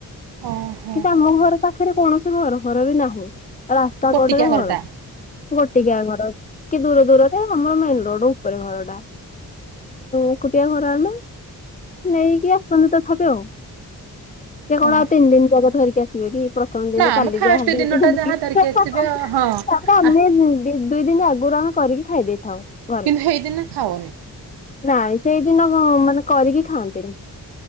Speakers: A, on the right; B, on the left.
A: ଓହୋ
B: କିନ୍ତୁ ଆମ ଘର ପାଖରେ କୌଣସି ଘର ଫର ବି ନାହିଁ। ରାସ୍ତା
A: ଗୋଟିକିଆ
B: କଡରେ
A: ଘରଟା
B: ଘର ଗୋଟିକିଆ ଘର। କି ଦୂର ଦୂରରେ ଆମର ମେନ ରୋଡ ଉପରେ ଘର ଟା ଏକୁଟିଆ ଘର ଆମେ ନେଇକି ପର୍ଯନ୍ତ ତଥାବି ଆଉ ସେ କଣ
A: ହୁଁ।
B: ଆଉ ତିନି ଦିନ ଜାଗ ଧରିକି ଆସିବେ କି ପ୍ର ପ୍ରଥମ ଦିନ
A: ନା
B: କାଲି
A: ମ ଫାଷ୍ଟ
B: ଯାହା ଦେଇକି
A: ଦିନଟା ଯାହା ଧରିକି
B: ହେଁ
A: ଆସିବେ
B: ହେଁ
A: ହଁ
B: ତାପରେ ଆମେ
A: ଆ
B: ହୁଁ ଦୁଇ ଦିନ ଆଗରୁ ଆମେ କରିକି ଖାଇ ଦେଇଥାଉ। ଘରେ
A: କିନ୍ତୁ ହେଇଦିନ ଖାଉନି।
B: ନାଇଁ ସେଇଦିନ ମାନେ କରିକି ଖାଆନ୍ତିନି।